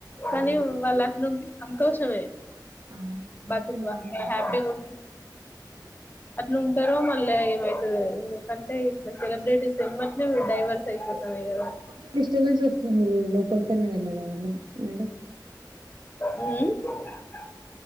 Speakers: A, on the left; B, on the right.
A: కానీ
B: అవును
A: వాళ్ళ అట్ నుడి సంతోషమే
B: అవును అంతే
A: బతుకు
B: బానే జేస్తారు.
A: హ్యాపీగా ఉ అట్లా ఉంటారో మళ్ళీ ఏమైతుంది ఎందుకంటే ఇట్లా సెలబ్రిటీస్ ఎమటినేరు డైవర్స్ అయిపోతున్నాయి కదా
B: కొంచెం డిస్టర్బెన్స్ వస్తుంది లోపలికన్నా వెళ్ళగాాళ మేడం
A: అ